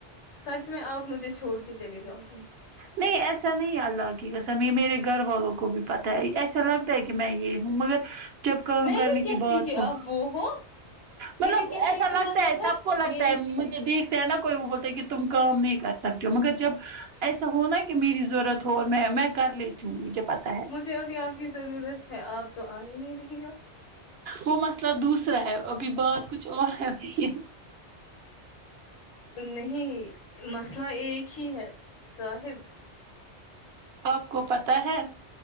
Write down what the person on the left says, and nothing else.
سچ میں آپ مجھے چھوڑ کے چلیے جاؤ گی
میں
نہیں کہتی
کہ
آپ وہ ہو
میرے کہنے
کا
مطلب
میرے
مجھے ابھی آپ کی ضرورت ہے آپ تو آ ہی نہیں رہی ہو
نہیں مسئلہ ایک ہی ہے صاحب